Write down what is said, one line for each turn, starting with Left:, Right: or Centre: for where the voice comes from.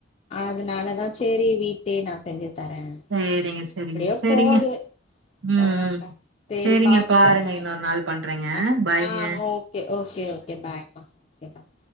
Left: அதனாலதா செரி வீட் டே நா செஞ்சு தரே
Right: சேரிங்க சேரிங்க
Left: எப்டியோ
Right: சேரிங்க
Left: போது
Right: ம்
Left: ஆ அக்கா
Right: ம்
Left: செரி
Right: சேரிங்க
Left: பாத்துக்கோங்க
Right: பாருங்க இன்னொரு நாள் பண்றேங்க
Left: அ
Right: பாய்ங்க
Left: ஆ okay okay okay bye ம்மா ஓகே பாய்